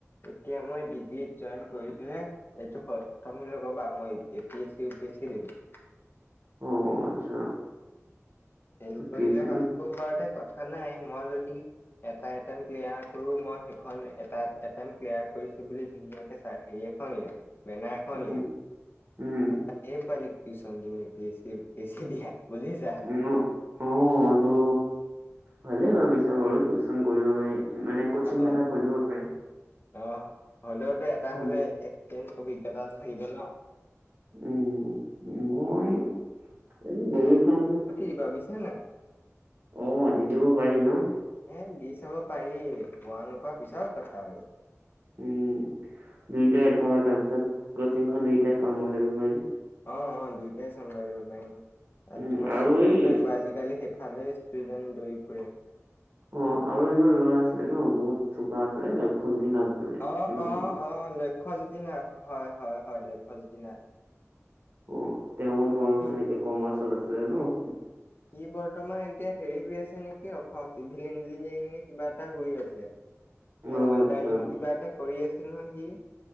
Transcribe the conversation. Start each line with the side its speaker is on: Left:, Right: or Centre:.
Left: এতিয়া মই ডিগ্ৰীত জইন কৰিছো হে, এইটো <unintelligible> মই A P S C, U P S C দিম।
Right: অ, আচ্ছা।
Left: ফেইল
Right: ইউ
Left: কৰিলে
Right: পি এছ চি ন
Left: <unintelligible> বাৰতে কথা নাই মই যদি এটা এটেম ক্লিয়াৰ কৰো মই সেইখন এটা এটেম ক্লিয়াৰ কৰিছো বুলি ধুনী <inaudible> চাই হেৰি এখন উলিয়াই, বেনা এখন
Right: উম
Left: উলিয়াই। তাত
Right: উম
Left: <inaudible> এই, পোৱালিক টিউচন দিম, A P S C, U P S C দিয়া বুলি যা <inaudible>
Right: উম, অ, এইটো ভালেই ভাবিছা বাৰু টিউচন কৰিব পাৰি, মানে কচিং
Left: কাতই,
Right: এটা খুলিব পাৰি
Left: আহ, হলেওতো এটা
Right: উম
Left: হ'লে এক <inaudible> তে <unintelligible> অভিজ্ঞতা থাকিব ন।
Right: উম, মই এই গে <inaudible>
Left: কি ভাবিছে নাই?
Right: অ, দি দিব পাৰি ন?
Left: এ, দি চাব পাৰি, পোৱা-নোপোৱা পিছৰ কথা আৰু।
Right: উম, দুইটাই ধৰ, তাৰ পিছত কচিংখন দুইটাই চম্ভালিব পাৰিম।
Left: অঁ অঁ দুইটাই চম্ভালিব পাৰিম আৰু
Right: উম
Left: তোমাৰ ষ্টুডেণ্টো
Right: এই
Left: আহিব‌ আজি। আজি কালি সেইফালেও ষ্টুডেণ্ট দৌৰি ফুৰে।
Right: অঁ আৰু এজন ল'ৰা আছিলে ন বহুত চোকা আছিলে লক্ষ্যজ্যোতি নাথ- বুলি
Left: অঁ
Right: উম
Left: অঁ অঁ লক্ষ্যজ্যোতি নাথ হয় হয় হয় লক্ষ্যজ্যোতি নাথ।
Right: অঁ তেওঁ ধৰ
Left: সি
Right: সেনেকে কমাৰ্চত আছিলে ন।
Left: ই বৰ্তমান এতিয়া হেৰি হৈ আছে নেকি অখক চিভিল ইঞ্জিনিয়াৰিঙ নে কিবা এটা কৰি আছে। নে
Right: অ',
Left: ৱেলদাৰিং
Right: আচ্ছা,
Left: কিবা এটা কৰি আছিল নহয় সি।